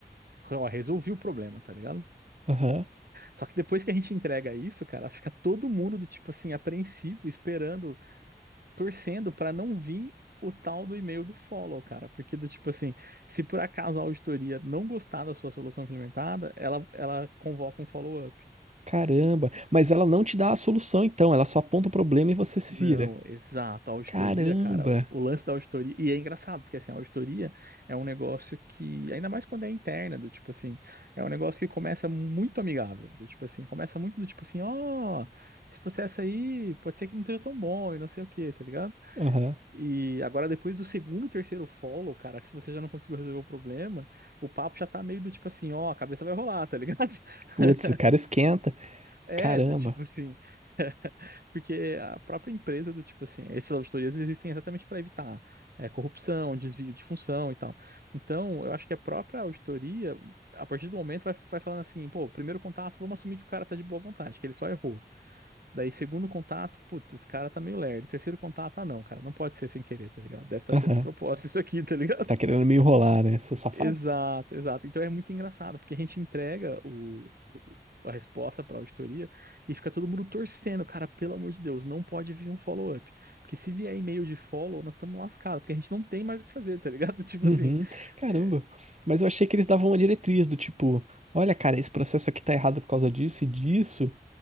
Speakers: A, on the right; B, on the right.
A: ó, resolviu o problema, tá ligado?
B: aham.
A: Só que depois que a gente entrega isso, cara, fica todo mundo do tipo assim apreensivo, esperando, torcendo para não vir o tal do e-mail do follow, cara, porque do tipo assim, se por acaso a auditoria não gostar da sua solução implementada, ela ela convoca um follow-up.
B: Caramba. Mas ela não te dá a solução, então. Ela só aponta o problema e você se
A: Não,
B: vira.
A: exato. A auditoria,
B: Caramba.
A: cara, o o lance da auditoria. E é engraçado, porque assim, a auditoria é um negócio que, ainda mais quando é interna, do tipo assim, é um negócio que começa muito amigável. Do tipo assim, começa muito do tipo assim, ó, esse processo aí pode ser que não esteja tão bom e não sei o quê, tá ligado?
B: Aham.
A: E agora, depois do segundo, terceiro follow, cara, se você já não conseguiu resolver o problema, o papo já tá meio do tipo assim, ó, a cabeça vai rolar, tá ligado? <laughs>
B: Putz, o cara esquenta.
A: É,
B: Caramba.
A: do tipo assim. <laughs> Porque a própria empresa do tipo assim, essas auditorias existem exatamente para evitar é, corrupção, desvio de função e tal. Então, eu acho que a própria auditoria, a partir do momento, vai, vai falando assim, pô, primeiro contato, vamos assumir que o cara tá de boa vontade, que ele só errou. Daí, segundo contato, putz, esse cara tá meio lerdo. Terceiro contato, ah, não, cara, não pode ser sem querer, tá ligado? Deve estar
B: Aham.
A: sendo de propósito isso aqui, tá ligado?
B: Tá querendo me enrolar, né, seu safado?
A: Exato, exato. Então é muito engraçado, porque a gente entrega o, o- a resposta para a auditoria e fica todo mundo torcendo, cara, pelo amor de Deus, não pode vir um follow-up. Porque se vier e-mail de follow, nós estamos lascados, porque a gente não tem mais o que fazer, tá ligado? <laughs> Tipo
B: Uhum.
A: assim,
B: Caramba.
A: é,
B: Mas eu achei que eles davam uma diretriz do tipo, olha, cara, esse processo aqui tá errado por causa disso e disso.